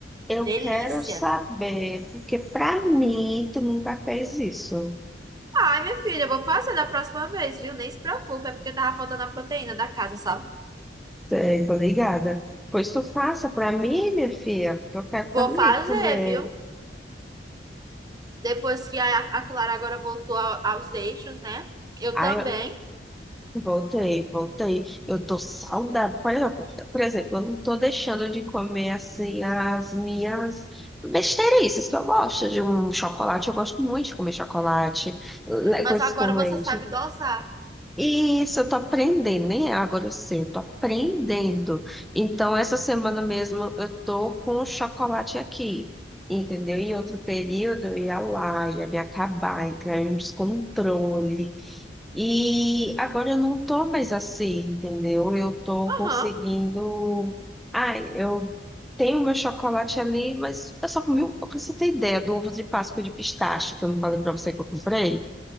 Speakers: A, in the centre; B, on the right.
A: Eu
B: Delícia.
A: quero saber, porque para mim tu nunca fez isso.
B: Ai, minha filha, eu vou fazer da próxima vez, viu? Nem se preocupe, é porque tava faltando a proteína da casa, sabe?
A: Sei, tô ligada. Pois tu faça pra mim, minha filha, que eu quero
B: Vou
A: também
B: fazer,
A: comer.
B: viu? Depois que a, a Clara agora voltou ao- aos eixos, né? Eu
A: Aí
B: também.
A: eu voltei, voltei. Eu tô saudável. Por exemplo, por exemplo, eu não tô deixando de comer assim as minhas besteirices que eu gosto de um chocolate. Eu gosto muito de comer chocolate, le-
B: Mas
A: coisas
B: agora
A: com
B: você
A: leite.
B: sabe dosar.
A: Isso, eu tô aprendendo, nem é agora eu sei, eu tô aprendendo. Então, essa semana mesmo eu tô com o chocolate aqui, entendeu? Em outro período eu ia lá, ia me acabar, entrar em descontrole. E agora eu não tô mais assim, entendeu? Eu tô
B: Aham.
A: conseguindo. Ai, eu tenho meu chocolate ali, mas eu só comi um pouco, pra você ter ideia, do ovo de Páscoa de pistache, que eu não falei pra você que eu comprei.